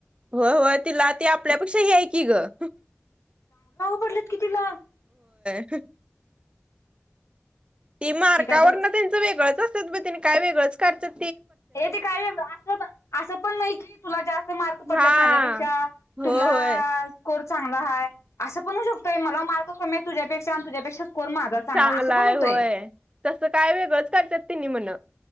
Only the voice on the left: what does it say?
पडलेत की तिला.
काय तर
हे ते काय अस असं पण नाही, की तुला जास्त मार्क पडलेत
माझ्यापेक्षा
तुला.
अ स्कोर चांगला हाय अस पण होऊ शकतयं, मला मार्क कमी हायत तुझ्यापेक्षा. तुझ्यापेक्षा स्कोर माझा चांगला
असं पण होतंय